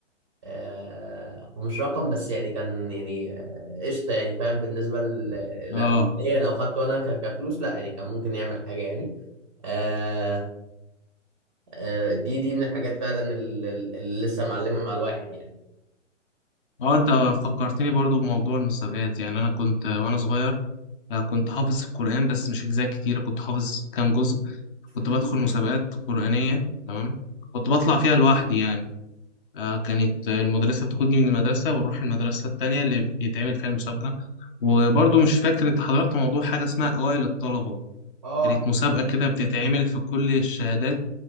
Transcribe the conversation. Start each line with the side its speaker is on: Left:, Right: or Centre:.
Right: آه، هو مش رقم بس يعني كان يعني آه، قشطة يعني فاهم بالنسبة ل-
Left: اه
Right: ل- ليا لو خدته أنا ك- كفلوس لا يعني كان ممكن يعمل حاجة يعني آه، آه، دي دي من الحاجات فعلا ال- ال- اللي لسه معلمة مع الواحد يعني
Left: اه انت فكرتني برضو بموضوع المسابقات يعني انا كنت وانا صغير آه، كنت حافظ القران بس مش اجزاء كتيره كنت حافظ كام جزء كنت
Right: مم.
Left: بدخل مسابقات قرآنية تمام كنت بطلع فيها لوحدي يعني آه كانت المدرسة بتاخدني من المدرسة ونروح المدرسة التانية اللي بيتعمل فيها المسابقة وبرضه مش فاكر انت حضرت موضوع حاجة اسمها أوائل الطلبة
Right: اه
Left: كانت مسابقة كده بتتعمل في كل الشهادات